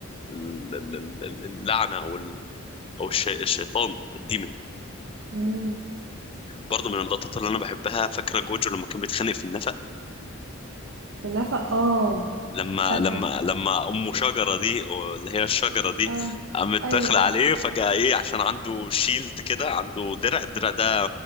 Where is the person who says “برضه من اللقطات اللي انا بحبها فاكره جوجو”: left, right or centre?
Left